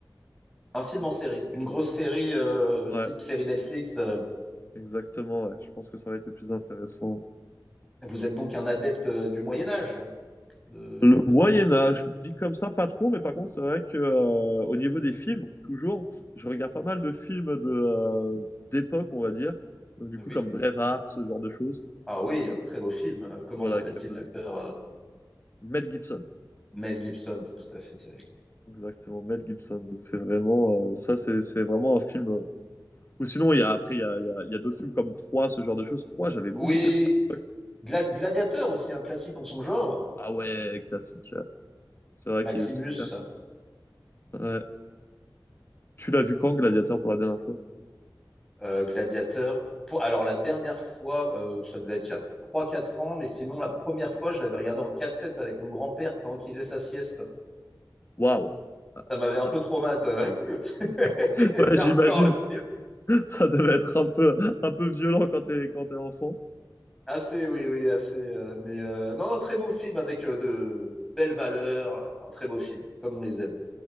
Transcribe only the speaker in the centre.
un film en série, une grosse série euh,
type série Netflix. euh.
vous êtes donc un adepte euh, du Moyen Âge. de-
Oui.
Ah oui, un très beau film. Euh, Comment
s'appelle-t-il
l'acteur euh,
Mel Gibson, tout à fait, Thierry.
Oui,
Gla- Gladiateur aussi, un classique dans son genre.
Maximus.
euh, Gladiateur. Pour, alors la dernière fois, euh, ça devait être il y a trois quatre ans, mais sinon la première fois, je l'avais regardé en cassette avec mon grand-père pendant qu'il faisait sa sieste.
Ça m'avait
un peu traumatisé. euh. <laughs>
il
était
hardcore le film.
Assez, oui, oui, assez. euh, mais euh, non, non, très beau film avec euh, de belles valeurs, euh, un très beau film, comme on les aime.